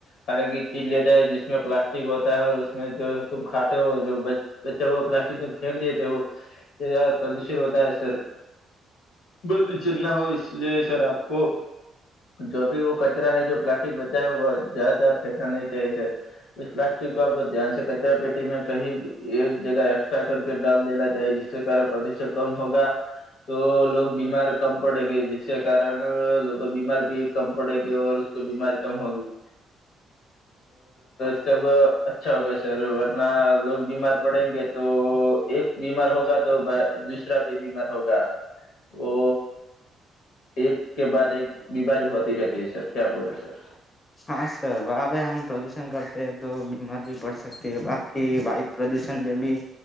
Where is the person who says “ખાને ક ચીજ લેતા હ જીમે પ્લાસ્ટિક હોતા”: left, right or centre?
Left